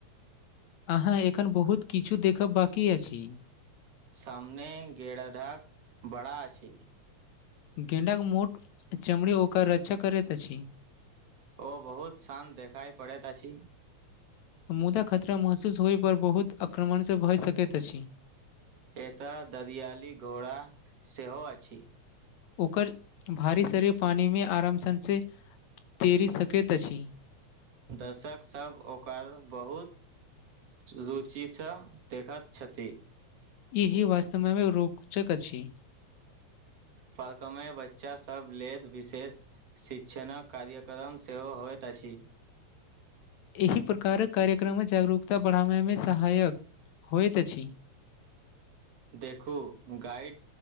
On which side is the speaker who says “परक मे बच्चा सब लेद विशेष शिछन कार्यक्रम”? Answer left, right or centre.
Right